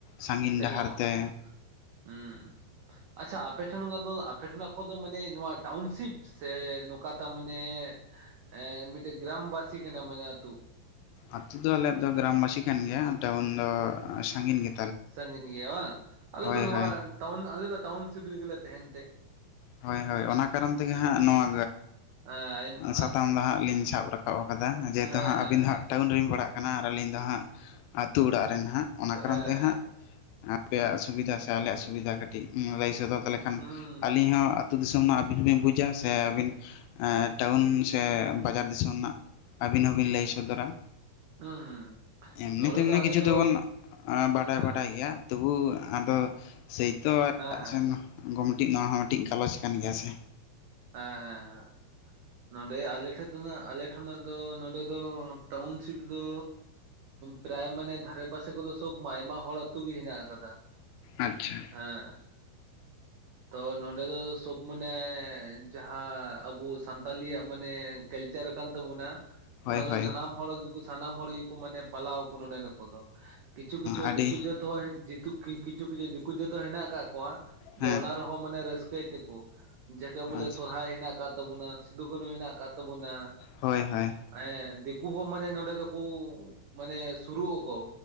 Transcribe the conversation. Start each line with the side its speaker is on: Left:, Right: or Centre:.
Left: ᱥᱟᱺᱜᱤᱧ
Right: ᱥᱮᱱᱚᱜ
Left: ᱰᱟᱦᱟᱨ ᱛᱮ
Right: ᱩᱸ ᱟᱪᱪᱷᱟ ᱟᱯᱮ ᱴᱷᱮᱱ ᱫᱚ ᱟᱯᱮ ᱴᱷᱮᱱᱟᱜ ᱠᱚᱫᱚ ᱢᱟᱱᱮ ᱱᱚᱣᱟ ᱴᱟᱣᱩᱱᱥᱤᱯ ᱥᱮ ᱱᱚᱝᱠᱟ ᱛᱟ ᱢᱟᱱᱮ ᱮ ᱢᱤᱫᱴᱮᱡ ᱜᱨᱟᱢ ᱵᱟᱥᱤ ᱠᱟᱱᱟ ᱢᱟᱱᱮ ᱟᱛᱳ᱾
Left: ᱟᱛᱳ ᱫᱚ ᱟᱞᱮᱭᱟᱜ ᱫᱚ ᱜᱨᱟᱢᱵᱟᱥᱤ ᱠᱟᱱ ᱜᱮᱭᱟ ᱴᱟᱣᱩᱱ ᱫᱚ ᱥᱟᱹᱜᱤᱧ ᱜᱮ
Right: ᱥᱟᱜᱤᱱ ᱜᱮᱭᱟ ᱵᱟ ᱟᱞᱮ ᱫᱚ
Left: ᱦᱳᱭ
Right: ᱱᱚᱣᱟ ᱴᱟᱣᱩᱱ ᱟᱞᱮ ᱫᱚ ᱴᱟᱣᱩᱱ ᱥᱤᱵ ᱨᱮᱜᱮ ᱞᱮ ᱛᱮᱦᱮᱱ ᱛᱮᱼᱼ
Left: ᱦᱳᱭ ᱦᱳᱭ ᱚᱱᱟ ᱠᱟᱨᱚᱱ ᱛᱮᱜᱮ ᱦᱟᱸᱜ ᱱᱚᱣᱟ
Right: ᱦᱮᱸ ᱟᱭᱢ-
Left: ᱥᱟᱛᱟᱢ
Right: ᱟᱞ-
Left: ᱫᱚ ᱦᱟᱸᱜ ᱞᱤᱧ ᱥᱟᱵ ᱨᱟᱠᱟᱵ ᱨᱟᱠᱟᱵ ᱟᱠᱟᱫᱟ ᱡᱮᱦᱮᱛᱩ
Right: ᱦᱮᱸ
Left: ᱦᱟᱸᱜ
Right: ᱦᱮᱸ
Left: ᱟᱵᱤᱱ
Right: ᱦᱮᱸ
Left: ᱫᱚ ᱦᱟᱸᱜ ᱴᱟᱣᱩᱱ ᱨᱮᱧ ᱯᱟᱲᱟᱜ ᱠᱟᱱᱟ ᱟᱨ ᱟᱹᱞᱤᱧ ᱫᱚ ᱦᱟᱸᱜ ᱟᱹᱛᱳ ᱚᱲᱟᱜ ᱨᱮᱱ ᱦᱟᱸᱜᱼᱼ ᱚᱱᱟ ᱠᱟᱨᱚᱱ
Right: ᱦᱮᱸ
Left: ᱛᱮ ᱦᱟᱸᱜ ᱟᱯᱮᱭᱟᱜ ᱥᱩᱵᱤᱫᱟ ᱥᱮ ᱟᱞᱮᱭᱟᱜ ᱥᱩᱵᱤ ᱫᱷᱟ ᱠᱟᱹᱴᱤᱡ ᱞᱟᱹᱭ ᱥᱚᱫᱚᱨ ᱛᱟᱞᱮ ᱠᱷᱟᱱ ᱠᱷᱟᱱ
Right: ᱦᱩᱸ
Left: ᱟᱹᱞᱤᱧ ᱦᱚᱸ ᱟᱹᱛᱩ ᱫᱤᱥᱚᱢ ᱨᱮᱱᱟᱜ ᱟᱹᱵᱤᱱ ᱵᱤᱱ ᱵᱩᱡᱟ ᱥᱮ ᱟᱹᱵᱤᱱ ᱴᱟᱣᱩᱱ ᱥᱮ ᱵᱟᱡᱟᱨ ᱫᱤᱥᱚᱢ ᱨᱮᱱᱟᱜ ᱟᱹᱵᱤᱱ ᱦᱚᱸᱵᱤᱱ ᱞᱟᱹᱭ ᱥᱚᱫᱚᱨᱟ᱾
Right: ᱦᱩᱸ ᱦᱩᱸ
Left: ᱮᱢᱱᱤ
Right: ᱱᱚᱸᱰᱮ
Left: ᱛᱮᱢᱱᱤ
Right: ᱫᱚ ᱟᱞᱮ
Left: ᱠᱤᱪᱷᱩ
Right: ᱫᱚ
Left: ᱫᱚᱵᱚᱱ ᱵᱟᱰᱟᱭ
Right: ᱦᱮᱸ
Left: ᱵᱟᱰᱟᱭ ᱜᱮᱭᱟ᱾ ᱛᱚᱵᱩ ᱟᱫᱚ ᱥᱮᱭᱛᱚ ᱮᱴᱟᱜ
Right: ᱦᱮᱸ ᱦᱮᱸ
Left: ᱥᱮᱱ ᱢᱤᱫᱴᱮᱱ ᱱᱚᱣᱟ ᱦᱚᱸ ᱢᱤᱫᱴᱤᱡ ᱜᱟ ᱞᱚᱪ ᱠᱟᱱ ᱜᱮᱭᱟ ᱥᱮ?
Right: ᱦᱮᱸ ᱦᱮᱸ ᱦᱮᱸ ᱱᱚᱰᱮ ᱟᱞᱮ ᱴᱷᱮᱡ ᱫᱚ ᱟᱞᱮ ᱴᱷᱮᱱᱟᱜ ᱫᱚ ᱱᱚᱰᱮ ᱫᱚ ᱴᱟᱣᱩᱱ ᱥᱤᱯ ᱫᱚ ᱯᱨᱟᱭ ᱢᱟᱱᱮ ᱫᱷᱟᱨᱮ ᱯᱟᱥᱮ ᱠᱚᱫᱚ ᱥᱚᱵ ᱟᱭᱢᱟ ᱦᱚᱲ ᱟᱹᱛᱩ ᱜᱮ ᱦᱮᱱᱟᱜ ᱟᱠᱟᱫᱟ᱾
Left: ᱟᱪᱪᱷᱟ
Right: ᱦᱮᱸᱻ ᱛᱚ ᱱᱚᱰᱮ ᱫᱚ ᱥᱚᱵ ᱢᱟᱱᱮ ᱡᱟᱦᱟᱸ ᱟᱵᱚ ᱥᱟᱱᱛᱟᱞᱤ ᱭᱟᱜ ᱢᱟᱱᱮᱼᱼ ᱠᱮᱞᱪᱟᱨ ᱠᱟᱱ ᱛᱟᱵᱩᱱᱟ᱾
Left: ᱦᱳᱭ
Right: ᱚᱱᱟ ᱫᱚ
Left: ᱦᱳᱭ
Right: ᱥᱟᱱᱟᱢ ᱦᱚᱲ ᱜᱮᱠᱚ ᱥᱟᱱᱟᱢ ᱦᱚᱲ ᱜᱮᱠᱚ ᱢᱟᱱᱮ ᱯᱟᱞᱟᱣ ᱟᱠᱩ ᱱᱚᱰᱮᱱ ᱠᱚᱫᱚ᱾ ᱠᱤᱪᱷᱩ ᱠᱤᱪᱷᱩ
Left: ᱟᱹᱰᱤ
Right: ᱫᱤᱠᱩ ᱡᱟᱹᱛ ᱦᱚᱸ ᱠᱤᱪᱷᱩ ᱠᱤᱪᱷᱩ ᱫᱤᱠᱩ ᱡᱟᱹᱛ ᱦᱚ ᱦᱮᱱᱟᱜ ᱟᱠᱟᱫ ᱠᱚᱣᱟ ᱡᱮ
Left: ᱦᱮᱸ
Right: ᱚᱱᱟ ᱨᱮᱦᱚᱸᱼᱼ ᱢᱟᱱᱮ ᱨᱟᱹᱥᱠᱟᱹᱭ ᱛᱮᱠᱚ, ᱡᱟᱠᱮ ᱵᱚᱞᱮ
Left: ᱟᱪᱪᱷᱟ
Right: ᱥᱚᱨᱦᱟᱭ ᱦᱮᱱᱟᱜ ᱟᱠᱟᱫ ᱛᱟᱵᱚᱱᱟ, ᱥᱤᱫᱩ ᱠᱟᱱᱩ ᱦᱮᱱᱟᱜ ᱟᱠᱟᱫ ᱛᱟᱵᱚᱱᱟ᱾
Left: ᱦᱳᱭ ᱦᱳᱭ᱾
Right: ᱮᱸ ᱫᱤᱠᱩ ᱦᱚᱸ ᱢᱟᱱᱮ ᱱᱚᱰᱮ ᱫᱚᱠᱚ ᱢᱟᱱᱮ ᱥᱩᱨᱩᱜ-ᱟᱠᱚ᱾